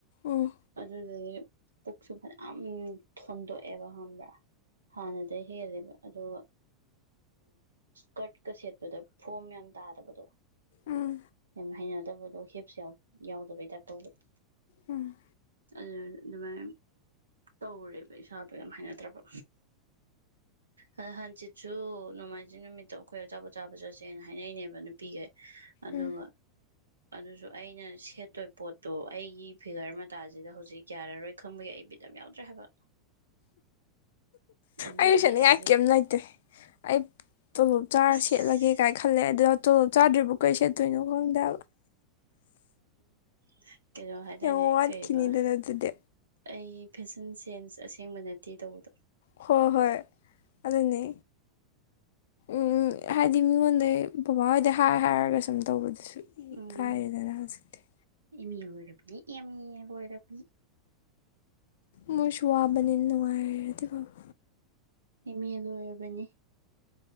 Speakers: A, on the left (about 55°); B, on the right (about 75°).
A: ꯎꯝ
B: ꯑꯗꯨꯗꯒꯤ ꯄꯣꯛꯆꯨ ꯐ ꯊꯟꯗ ꯑꯦ ꯑꯃ ꯍꯥꯟꯅꯗ ꯍꯦꯜꯂꯦꯕ ꯑꯗꯣ ꯀꯠꯀ ꯁꯦꯠꯄꯗ ꯐꯣꯝ ꯌꯥꯝꯅ ꯇꯥꯗꯕꯗꯣ
A: ꯎꯝ
B: ꯌꯥꯝ ꯍꯩꯅꯗꯕꯗꯣ ꯍꯦꯞꯁꯨ ꯌꯥꯎꯗꯕꯩ ꯇꯥꯏꯞ ꯇꯧꯕꯗ
A: ꯎꯝ
B: ꯑꯗꯨ ꯑꯗꯨꯃꯥꯏꯅ ꯇꯧꯔꯦꯕ ꯏꯁꯥꯗꯣ ꯌꯥꯝ ꯍꯥꯏꯅꯗ꯭ꯔꯕ ꯑ ꯍꯪꯆꯤꯠꯁꯨ ꯅꯣꯡꯃꯥꯏꯖꯤꯡ ꯅꯨꯃꯤꯠ ꯑꯩꯈꯣꯏ ꯑꯞ ꯑꯥꯕ ꯆꯠꯁꯦꯅ ꯍꯥꯏꯅꯩꯅꯦꯕ ꯅꯨꯄꯤꯒꯩ ꯑꯗꯨꯒ
A: ꯎꯝ
B: ꯑꯗꯨꯁꯨ ꯑꯩꯅ ꯁꯦꯠꯇꯣꯏ ꯄꯣꯠꯇꯣ ꯑꯩꯒꯤ ꯐꯤꯒꯔ ꯃꯇꯥꯁꯤꯗ ꯍꯧꯖꯤꯛ ꯌꯥꯔꯔꯣꯏ ꯈꯪꯕꯒꯤ ꯑꯩ ꯄꯤꯠ ꯌꯥꯎꯗ꯭ꯔꯦ ꯍꯥꯏꯕ ꯑꯗꯨꯒꯤ
A: ꯑꯩꯨꯁꯅꯤꯡꯉꯥꯏ
B: ꯑꯩꯁꯦ
A: ꯀꯩ ꯅꯨꯡꯉꯥꯏꯇ꯭ꯔꯦ ꯑꯩ ꯇꯣꯂꯣꯞ ꯆꯥꯔ
B: ꯑꯁ
A: ꯁꯦꯠꯂꯒꯦ ꯀꯥꯏ ꯈꯜꯂꯦꯗꯣ ꯇꯣꯂꯣꯞ ꯆꯥꯗ꯭ꯔꯤꯕ ꯀꯩ ꯁꯦꯠꯇꯣꯏꯅꯣ ꯈꯪꯗ
B: <inaudible> ꯀꯩꯅꯣ ꯍꯥꯏꯇꯥꯔꯅꯦ
A: ꯌꯥꯝ ꯋꯥꯠꯈꯤꯅꯤꯗꯅ
B: ꯀꯕ
A: ꯑꯗꯨꯗꯤ
B: ꯑꯩ ꯐꯦꯁꯟ ꯁꯦꯟꯁ ꯑꯁꯦꯡꯕ ꯅꯠꯇꯦ ꯇꯧꯕꯗꯣ
A: ꯍꯣꯏ ꯍꯣꯏ ꯑꯗꯨꯅꯤ ꯎꯝ ꯍꯥꯏꯗꯤ ꯃꯤꯉꯣꯟꯗꯩ ꯕꯕꯥꯍꯣꯏꯗꯩ ꯍꯥꯏꯔ ꯍꯥꯏꯔꯒ ꯁꯨꯝ ꯇꯧꯕꯗꯨꯁꯨ
B: ꯎꯝ
A: ꯀꯔꯗꯅ ꯍꯧꯖꯤꯗꯦ
B: ꯑꯦ ꯑꯣꯏꯔ ꯑꯦ ꯌꯦ ꯑꯣꯏꯣꯏꯔꯦꯕ
A: ꯃꯣꯏꯁꯨ ꯋꯥꯕꯅꯤꯅ ꯅꯨꯡꯉꯥꯏꯔꯔꯗꯤ ꯕꯕ
B: ꯏꯃꯦ ꯂꯣꯏꯔꯕꯅꯤ